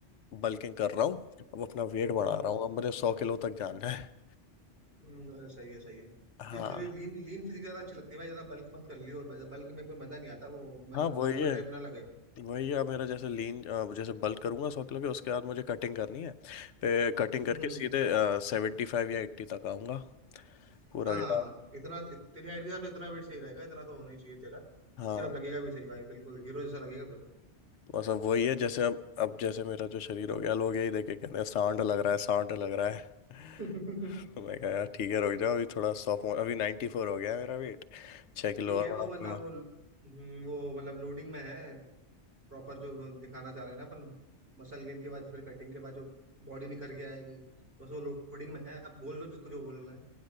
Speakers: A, on the left; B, on the right.
A: बल्किंग कर रहा हूँ अब अपना वेट
B: हम्म
A: बढ़ा रहा हूँ अब मुझे सौ किलो तक जाना है
B: हम्म, अरे सही है सही है क्योंकि
A: हाँ
B: तेरी लीन लीन फिजिक ज्यादा अच्छी लगती है भाई ज्यादा बल्क मत कर लियो बल्क में फिर मजा नहीं आता वो मतलब
A: हाँ वो
B: बाउंसर
A: ये
B: टाइप ना लगे
A: वही यार मेरा जैसे लीन जैसे बल्क करूंगा सौ किलो के उसके बाद मुझे कटिंग करनी है फिर कटिंग करके
B: हम्म
A: सीधे सेवेंटी फाइव या एट्टी तक आऊंगा पूरा
B: हाँ
A: गिरा
B: इतना इत, तेरी हाइट के हिसाब से इतना वेट सही रहेगा इतना तो होना ही चाहिए तेरा
A: हाँ
B: उसके बाद लगेगा भी सही भाई बिल्कुल हीरो जैसा लगेगा खुद
A: बस अब वही है जैसे अब अब जैसे मेरा जो शरीर हो गया लोग यही देख के कहते हैं सांड लग रहा है सांड लग रहा है
B: को
A: <laughs>
B: <laughs>
A: तो मैं कहा यार ठीक है रुक जाओ अभी थोड़ा सॉफ्ट अभी नाइन्टी फोर हो गया है मेरा वेट छः किलो
B: ठीक
A: और
B: है
A: बढ़ाऊंगा
B: वो मतलब वो हम्म, वो मतलब लोडिंग में है प्रॉपर जो दिखाना चाह रहे हैं ना अपन मसल गेन के बाद फिर कटिंग के बाद जो बॉडी निखर के आएगी तो बस वो लोडिंग में है आप बोल लो जिसको जो बोलना है